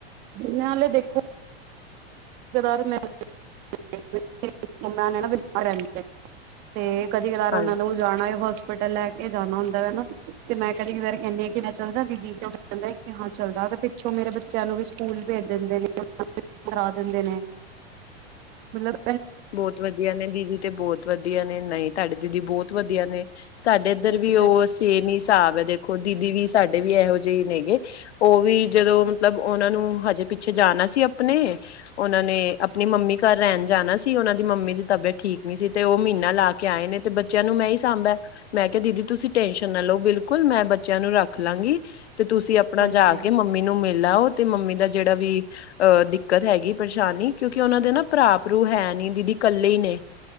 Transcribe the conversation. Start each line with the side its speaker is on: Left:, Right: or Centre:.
Right: ਨਾਲ਼ੇ ਦੇਖੋ ਗਦਾਰੇ ਮੈ <unintelligible> ਤੇ ਕਦੀ-ਕਦਾਰ ਓਹਨਾਂ
Left: ਹਾਂ
Right: ਨੂੰ ਵੀ ਜਾਣਾ ਏ ਹੋਸਪਿਟਲ, ਲੈ ਕੇ ਜਾਣਾ ਹੁੰਦਾ ਐ ਨਾ, ਤੇ ਮੈਂ ਕਦੀ-ਕਦਾਰ ਕੈਣੀ ਆਂ ਕਿ ਮੈਂ ਚੱਲ ਜਾਂ ਦੀਦੀ ਕੈੰਦੇ ਏ ਕਿ ਹਾਂ ਚਲਜਾ ਤੇ ਪਿੱਛੋਂ ਮੇਰੇ ਬੱਚਿਆਂ ਨੂੰ ਵੀ ਸਕੂਲ ਭੇਜ ਦਿੰਦੇ ਨੇ <unintelligible> ਕਰਾ ਦਿੰਦੇ ਨੇ। ਮਲਬ
Left: ਬੌਤ ਵਧੀਆ ਨੇ, ਦੀਦੀ ਤੇ ਬੌਤ ਵਧੀਆ ਨੇ, ਨਹੀਂ ਤਾਡੇ ਦੀਦੀ ਬੌਤ ਵਧੀਆ ਨੇ। ਸਾਡੇ ਇੱਧਰ
Right: ਹਾਂਜੀ
Left: ਵੀ ਓਹਸ ਤੇਮ ਈ ਸਾਬ ਐ ਦੇਖੋ ਦੀਦੀ ਵੀ ਸਾਡੇ ਵੀ ਐਹੋ ਜੇ ਈ ਨੇਗੇ। ਓਹ ਵੀ ਜਦੋਂ ਮਤਲਬ ਓਹਨਾਂ ਨੂੰ ਹਜੇ ਪਿੱਛੇ ਜਾਣਾ ਸੀ ਅਪਣੇ, ਓਹਨਾਂ ਨੇ ਅਪਣੀ ਮੰਮੀ ਘਰ ਰੈਣ ਜਾਣਾ ਸ ਤੀ ਓਹਨਾ ਦੀ ਮੰਮੀ ਦੀ ਤਬੀਅਤ ਠੀਕ ਨੀ ਸੀ। ਤੇ ਓਹ ਮੀਨਾ ਲਾ ਕੇ ਆਏ ਨੇ, ਤੇ ਬੱਚਿਆਂ ਨੂੰ ਮੈਂ ਈ ਸਾਂਭਿਐ। ਮੈਂ ਕਿਆ ਦੀਦੀ ਤੁਸੀਂ ਟੈਨਸ਼ਨ ਨਾ ਲੋ ਬਿਲਕੁਲ, ਮੈਂ ਬੱਚਿਆਂ ਨੂੰ ਰੱਖ ਲਾਂਗੀ। ਤੇ ਤੁਸੀਂ ਅਪਣਾ
Right: ਹਾਂਜੀ
Left: ਜਾ ਕੇ ਮੰਮੀ ਨੂੰ ਮਿਲ ਆਓ ਤੇ ਮੰਮੀ ਦਾ ਜੇੜਾ ਵੀ ਅਹ ਦਿੱਕਤ ਹੈਗੀ ਪਰੇਸ਼ਾਨੀ ਕਿਉਂਕਿ ਓਹਨਾਂ ਦੇ ਨਾ ਭਰਾ-ਭਰੂ ਹੈ ਨੀ ਦੀਦੀ ਕੱਲੇ ਈ ਨੇ।